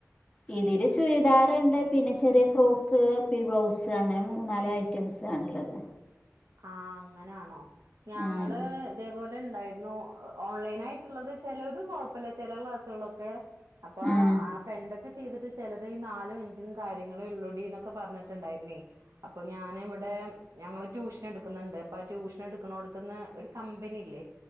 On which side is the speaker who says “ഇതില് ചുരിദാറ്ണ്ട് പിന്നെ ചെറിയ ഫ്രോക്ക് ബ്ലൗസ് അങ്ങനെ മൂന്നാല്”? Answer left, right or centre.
Left